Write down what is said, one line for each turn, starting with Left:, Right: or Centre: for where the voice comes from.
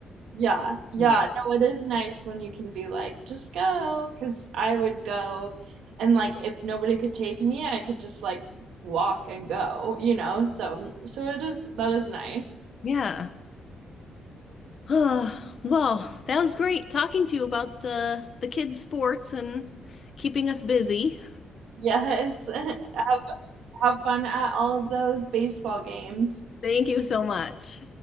Right: Yeah. Yeah,
Left: either.
Right: no, it is nice when you can be like just go, because I would go and like if nobody could take me, I could just like walk and go, you know? So so it is that is nice.
Left: Yeah. <sighs> well, that was great talking to you about the the kids' sports and keeping us busy.
Right: Yes. <laughs> Have have fun at all of those baseball games.
Left: Thank you so much.